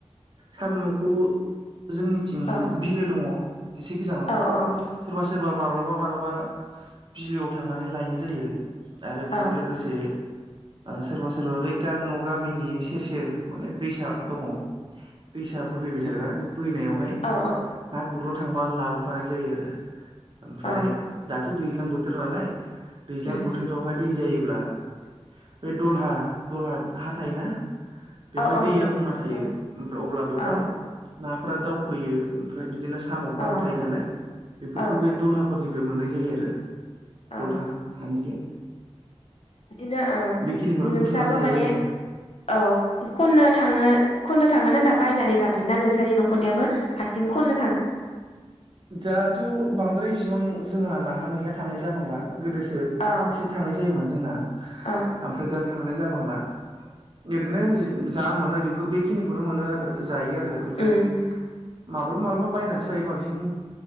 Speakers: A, on the right; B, on the left.
A: सामुखौ जोंनि थिं
B: औ
A: बिलो दङ एसे गोजानाव।
B: औ औ
A: सोरबा सोरबा माब्लाबा माब्लाबा बिलोआव थांनानै लायनाय जायो। आरो बेजों
B: औ
A: लोगोसे सोरबा सोरबा बै गार न गा मिनि सेर सेर माने दैसा दङ दैसा बोहैबाय थाग्रा बे बोहैनायावहाय
B: औ
A: ना गुरनो थांबा लाबोफानाय जायो ओमफ्राय
B: औ
A: दाथ' दैज्लां बोथोर नालाय दैज्लां
B: उम
A: बोथोरावहाय दै जायोब्ला बे दलहा दलहा हा थायोना बेवहाय
B: औ औ
A: दैया
B: नंगौ
A: बुंना थायो
B: दङ
A: ओमफ्रा अब्ला बेवहाय
B: औ
A: नाफोरा दावखोयो ओमफ्राय बिदिनो साम'फ्राबो
B: औ
A: थायो नालाय बेफोरखौ
B: औ
A: बे दलहा फोरनिफ्राय मोननाय जायो आरो
B: औ
A: दलहा हानिफ्राय।
B: बिदिनो ओ
A: बेखिनिखौनो
B: नोंसाबो
A: बुथुमना जायो
B: माने
A: आरो
B: औ खननो थाङो खननो थाङोना ना बायनानै लाबोयो ना नोंसोरनि नखरनियाबो? हारसिं खननो थाङो।
A: दाथ बांद्राय इसिबां जोंहा नाहा मैयहा थांनाय जाबांला गोदोसो
B: औ
A: एसे थांनाय जायोमोन जोंना ओमफ्राय
B: औ
A: दा थांनाय जाबांला। ओरैनो जा मोनो बेखौ बेखिनिखौनो मोनो आरो जायो आरो ओ ओमफ्राय
B: उम
A: माल्बाबा माल्बाबा बाय सो जायो बांसिन